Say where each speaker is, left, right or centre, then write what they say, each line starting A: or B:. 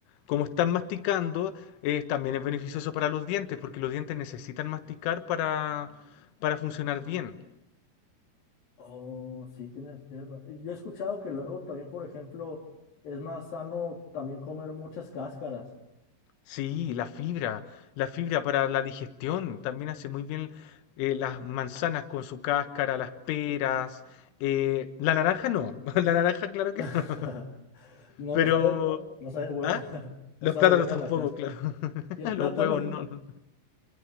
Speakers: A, on the left (about 80°); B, on the left (about 50°).
A: como están masticando, eh, también es beneficioso para los dientes, porque los dientes necesitan masticar para, para funcionar bien.
B: Oh, sí, tienes, tienes ra- y Yo he escuchado que luego también, por ejemplo, es más sano también comer muchas cáscaras.
A: Sí, la fibra, la fibra para la digestión, también hace muy bien eh, las manzanas con su cáscara, las peras, eh, la naranja no, <laughs> la naranja claro que
B: <laughs>
A: no,
B: No
A: pero...
B: no sabe, no, no sabe buena.
A: ¿Ah?
B: <laughs>
A: Los
B: No sabe
A: plátanos
B: buena
A: tampoco,
B: la cáscara.
A: claro. <laughs>
B: ¿Y el plátano?
A: Los huevos no, no.